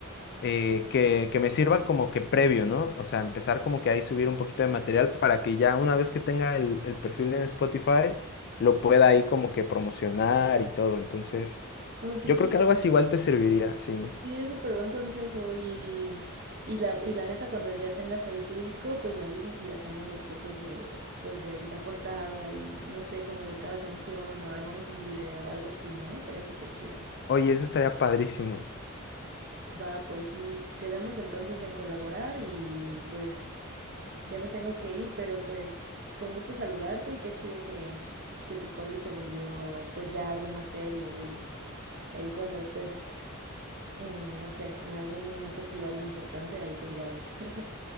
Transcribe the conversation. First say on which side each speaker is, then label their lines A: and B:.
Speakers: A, on the left; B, on the right.
A: eh, que, que me sirva como que previo, ¿no? O sea, empezar como que ahí subir un poquito de material para que ya una vez que tenga el, el perfil en Spotify, lo pueda ahí como que promocionar y todo. Entonces,
B: Oh, qué
A: yo
B: chido.
A: creo que algo así igual te serviría, sí.
B: Sí, es súper buen consejo y, y la, y la neta cuando ya tengas ahí tu disco, pues me avisas y hacemos las fotos de, pues de la portada y no sé, como de cada canción o armamos un video o algo así, ¿no? Estaría súper chido.
A: Oye, eso estaría padrísimo.
B: Va, pues sí, quedamos entonces en colaborar y pues ya me tengo que ir, pero pues fue un gusto saludarte y qué chido que, que tu hobby se volvió pues ya algo más serio y ahí cuando estés en, no sé, en algún festival importante, ahí te iré a ver. <laughs>